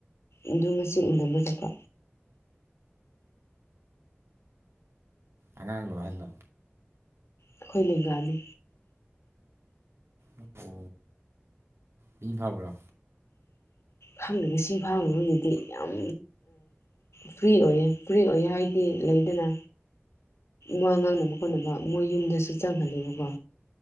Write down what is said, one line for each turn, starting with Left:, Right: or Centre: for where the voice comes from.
Left: ꯑꯗꯨ ꯉꯁꯤ ꯏꯕꯖꯠꯄꯣ
Right: ꯑꯉꯥꯡ ꯂꯣ ꯍꯥꯏꯂ
Left: ꯑꯩꯈꯣꯏ ꯂꯦꯡꯒꯥꯅꯤ
Right: ꯑꯣ ꯃꯤ ꯐꯕ꯭ꯔꯥ
Left: ꯈꯪꯕ ꯁꯤ ꯐꯥꯕꯒꯤꯗꯤ ꯌꯥꯝ ꯐ꯭ꯔꯤ ꯑꯣꯏꯌꯦ ꯐ꯭ꯔꯤ ꯑꯣꯏꯌꯦ ꯍꯥꯏꯗꯤ ꯂꯩꯗꯅ ꯋꯥ ꯉꯥꯡꯅꯕ ꯈꯣꯠꯅꯕ ꯃꯣꯏ ꯌꯨꯝꯗꯁꯨ ꯆꯪꯍꯜꯂꯦꯕꯀꯣ